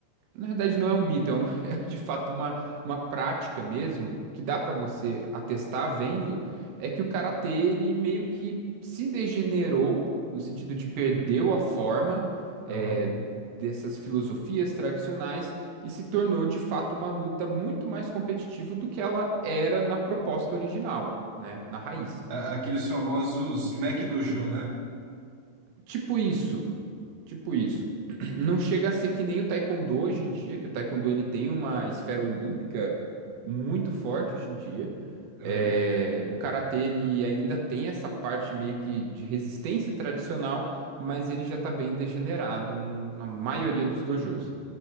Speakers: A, on the right; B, on the right.
A: Na verdade, não é um mito, é, uma- <laughs> é de fato uma, uma prática mesmo, que dá pra você atestar vendo, é que o karatê, ele meio que se degenerou, no sentido de perdeu a forma,
B: aham.
A: é, dessas filosofias tradicionais e se tornou de fato uma luta muito mais competitiva do que ela era na proposta original, né? Na raiz.
B: A- Aqueles famosos Mac Dojo, né?
A: Tipo isso. Tipo isso. <clears throat> Não chega a ser que nem o taekwondo hoje em dia, que o taekwondo ele tem uma esfera olímpica muito forte hoje em dia.
B: Aham,
A: É, o karatê ele ainda tem essa parte meio que de resistência tradicional, mas ele já tá bem degenerado n- na maioria dos dojos.